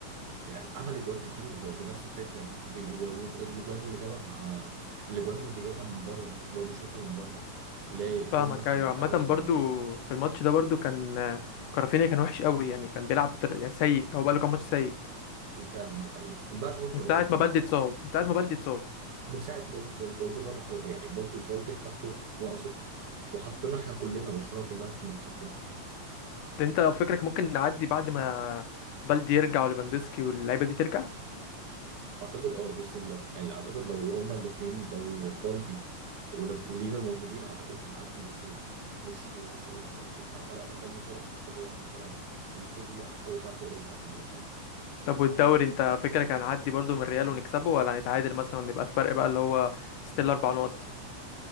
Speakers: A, on the right; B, on the left.
A: يعني عمل جوان كتير ب- بنفس الفكره يعني وبي- و- والاجوان اللي جابها مع الاجوان اللي بيجيبها من بره دي اللي هو بيشوطها من بره اللي هي الجون
B: فاهمك
A: مثلا
B: ايوه
A: بتاعه
B: عامة برضو في الماتش ده برضو كان آه، كرافينيا كان وحش قوي يعني كان بيلعب بطر... يعني سيء هو بقاله كام ماتش سيء
A: فعلا ده حقيقي من بعد ماتش
B: من
A: الأرجنتين
B: ساعة ما بلدي اتصاب من ساعة ما بلدي اتصاب
A: من ساعة بالدي بالدي فتحوا يعني برضه بالدي حطه في مأزق وحطينا احنا كلنا برشلونة كلها في مأزقين
B: انت فكرك ممكن نعدي بعد ما بلدي يرجع وليفاندوسكي واللعيبة دي ترجع
A: أعتقد أه بإذن الله يعني أعتقد لو هما الاتنين لو بالدي ولف- وليفا موجودين أعتقد هنعدي بسهولة مش مش بصعوبة خالص احنا خلقنا كم فرص مش طبيعية على الفرقة دي المفروض اللي أقوى دفاع في أوروبا يعني وبتاع
B: طب والدوري انت فكرك هنعدي برضو من الريال ونكسبه ولا هنتعادل مثلا ونبقى الفرق بقى اللي هو ستيل اربع نقط